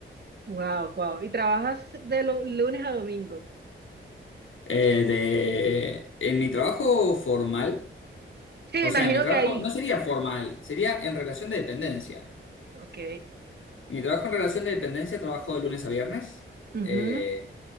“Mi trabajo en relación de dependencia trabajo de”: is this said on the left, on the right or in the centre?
Left